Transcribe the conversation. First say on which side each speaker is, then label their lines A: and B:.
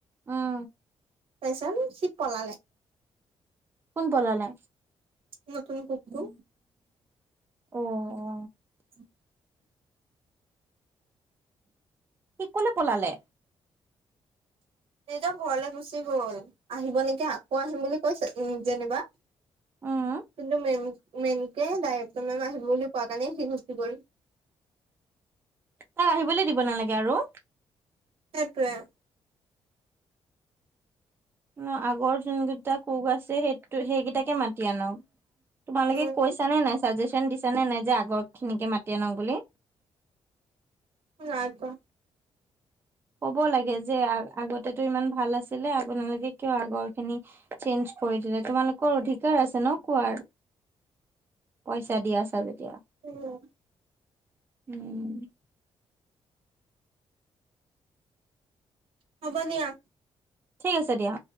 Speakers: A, on the right (about 20°); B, on the right (about 65°).
A: উম
B: তাৰপিছত সি পলালে।
A: কোন পেলালে?
B: নতুন কুকটো।
A: অ
B: উম। <unintelligible>
A: অ সি ক'লে পলালে?
B: নিজৰ ঘৰলে গুচি গ'ল। আহিব নেকি? আকৌ আহিম বুলি কৈছে যেনিবা।
A: উম
B: কিন্তু মেইনকে ডাইৰেক্টৰ মেম আহিব বুলি কোৱা কাৰণে সি গুচি গ'ল।
A: তাক আহিবলৈ দিব নালাগে আৰু।
B: সপোৱে <inaudible>
A: মানে আগৰ যোনকেইটা কোক আছে সেই সেইকেইটাকে মাতি আনক। তোমালোকে
B: উম
A: কৈছা নে নাই, চাজেচন দিছী নে নাই যে, আগৰ খিনিকে মাতি আনক বুলি।
B: <inaudible>
A: ক'ব লাগে যে আ আগতেটো ইমান ভাল আছিলে আপোনালোকে কিয় আগৰ খিনি চেঞ্জ কৰি দিলে, তোমালোকৰ অধিকাৰ আছে ন কোৱাৰ। পইচা দি আছা যেতিয়া।
B: অঁ
A: উম।
B: হ'ব দিয়া।
A: ঠিক আছে দিয়া।